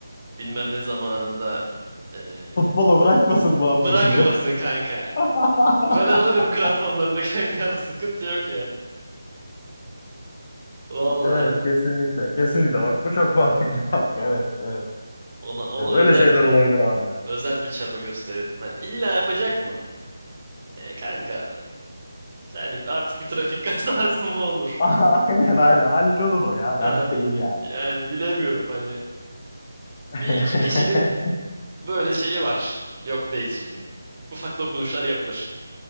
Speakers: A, on the right; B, on the left.
A: bilmem ne zamanında eee,
B: Futbolu bırakmasın muhabbeti
A: bırakmasın
B: be.
A: kanka.
B: <laughs>
A: Ben alırım kramponlarını <laughs> kankam sıkıntı yok ya. Vallahi
B: Evet kesinlikle kesinlikle bak bu çok mantıklı kanka evet evet
A: ona ona
B: evet öyle
A: özel
B: şeyler olabilir abi.
A: özel bir çaba gösterirdim. Hani illa yapacak mı? E kanka yani artık bir trafik <laughs> kazası mı olur?
B: <laughs> Aynen aynen hallolur o ya dert
A: Ha,
B: değil
A: bi-
B: yani.
A: yani bilemiyorum hani.
B: <laughs>
A: Bir iki kişinin böyle şeyi var. Yok değil şimdi. Ufak dokunuşlar yapılır.